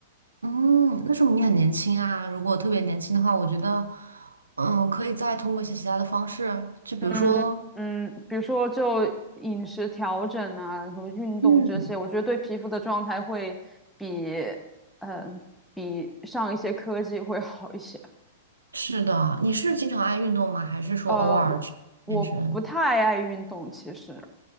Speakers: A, on the right; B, in the centre.
A: 嗯，那说明你很年轻啊。如果特别年轻的话，我觉得嗯，可以再通过一些其他的方式，就比如说。
B: 嗯嗯，比如说就饮食调整啊，然后运动这些，
A: 嗯，
B: 我觉得对皮肤的状态会比，嗯，比上一些科技会好一些。
A: 是的，你是经常爱运动吗？还是说偶尔去健身？
B: 呃，我我不太爱运动，其实，